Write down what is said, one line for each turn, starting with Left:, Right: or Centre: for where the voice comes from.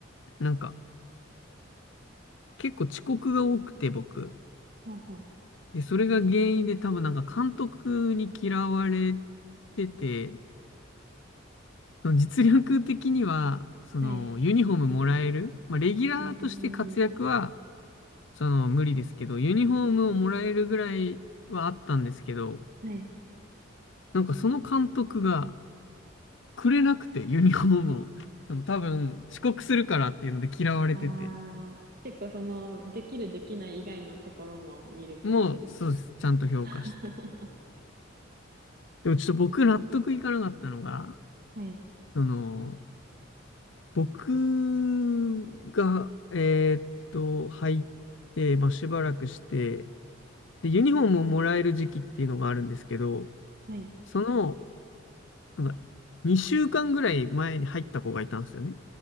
Left: なんか、結構遅刻が多くて、僕。
Right: ほうほう。
Left: で、それが原因で、多分なんか、監督に嫌われてて、その実力的には、その、
Right: はい。
Left: ユニフォームもらえる、まあ、レギュラーとして活躍は、
Right: ええ
Left: その、無理ですけど、ユニフォームをもらえるぐらいはあったんですけど、
Right: はい。
Left: なんかその監督が、くれなくて、ユニフォームを。その多分、遅刻するからっていうので嫌われてて、
Right: ああ、結構その、できるできない以外のところも見る感じの。
Left: もう、そうです。
Right: <laughs>
Left: ちゃんと評価して。
Right: は
Left: でもちょっと僕納得いかなかったのが、
Right: い。
Left: その、僕が、えーっと、入って、まあ、しばらくして、で、ユニフォームをもらえる時期っていうのがあるんですけど、
Right: はい。
Left: その、なんか、2週間ぐらい前に入った子がいたんですよね。